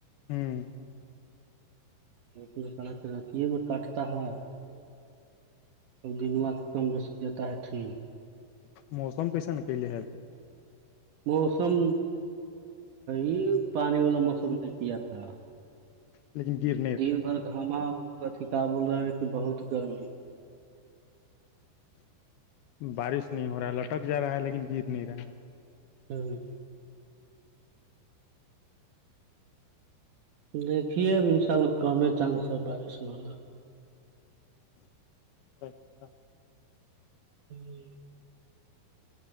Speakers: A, on the left; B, on the right.
A: ہوں
B: ا سڑ رتیے میں کاٹتا ہے ا دنواات کم رسی دیتا ہے ٹھیک
A: موسمئیسا نا کہ لیے آ جی
B: موسم یہ پانی والا موسم نے کیا تھا
A: لیکن در
B: دن بھر گھاما ا کہ بول رہے ہیں کہ بہت گرمی
A: بارش نہیں ہو رہا ہے لٹک جا رہا ہے لیکن گر نہیں رہا ہے
B: ہوں دیکھیے اب ان شاء اللہ کم چانس ہے بارش ہوا
A: اچا
B: جی